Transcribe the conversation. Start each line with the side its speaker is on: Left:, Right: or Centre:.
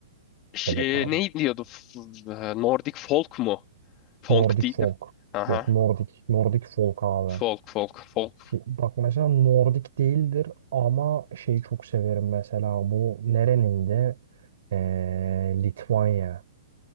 Left: Şey,
Right: evet abi.
Left: ne diyordu? F- eee, Nordic folk mu? Folk
Right: Nordic
Left: değil
Right: folk.
Left: de. Aha.
Right: Yok Nordic. Nordic folk abi.
Left: Folk folk folk.
Right: Ki bak mesela Nordik değildir ama şeyi çok severim mesela bu nerenin de eee, Litvanya.